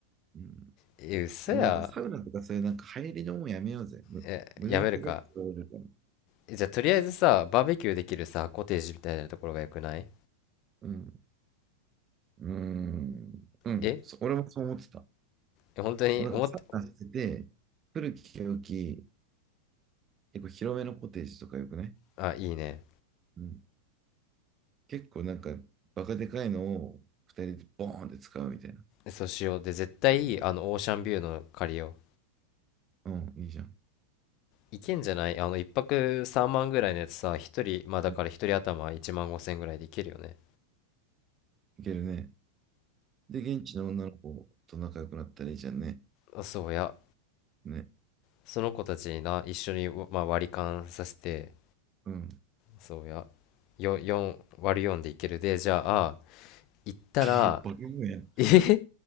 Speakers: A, on the right; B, on the left.
A: うん。
B: え嘘や
A: いや、まあだからサウナとかそういうなんか入りのもんやめようぜ。む、
B: えやめるか
A: 無駄に高く取られるから。
B: えじゃあとりあえずさバーベキューできるさコテージみたいなところがよくない
A: うん。うーん。うん。
B: え
A: そ、俺もそう思ってた。
B: え本当に思って
A: もうだからサウナしてて、古き良き、結構広めのコテージとかよくね。
B: あいいね
A: うん。結構なんか、バカでかいのを二人でボーンって使うみたいな。
B: そうしようで絶対いいあのオーシャンビューの借りよ
A: うん、いいじゃん。
B: ういけんじゃないあの1泊3万ぐらいのやつさ1人まあだから1人頭1万5千ぐらいでいけるよね
A: うんいけるね。で、現地の女の子と仲良くなったらいいじゃんね。
B: あそうや
A: ね。
B: その子たちにな一緒に、まあ、割り勘させて
A: うん。
B: そうやよ4割る4でいけるでじゃあ行ったら
A: いやバケモンや。
B: <laughs> えへ